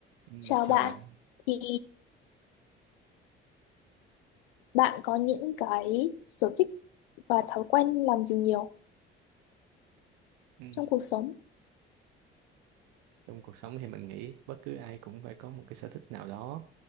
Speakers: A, on the right; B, on the left.
A: Ừ,
B: Chào
A: Chào
B: bạn,
A: bạn.
B: thì bạn có những cái sở thích và thói quen làm gì nhiều
A: Ừ,
B: trong cuộc sống?
A: Trong cuộc sống thì mình nghĩ bất cứ ai cũng phải có một cái sở thích nào đó.